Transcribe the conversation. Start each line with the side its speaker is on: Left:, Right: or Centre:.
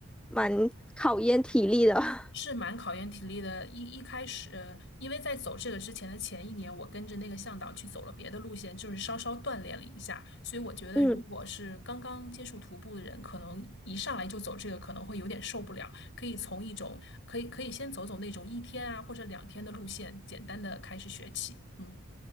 Centre: 蛮考验体力的。<laughs>
Left: 是蛮考验体力的。一一开始，呃因为在走这个之前的前一年，我跟着那个向导去走了别的路线，就是稍稍锻炼了一下。所以我觉得，
Centre: 嗯
Left: 如果是刚刚接触徒步的人，可能一上来就走这个，可能会有点受不了。可以从一种可以可以先走走那种一天啊或者两天的路线，简单的开始学起。嗯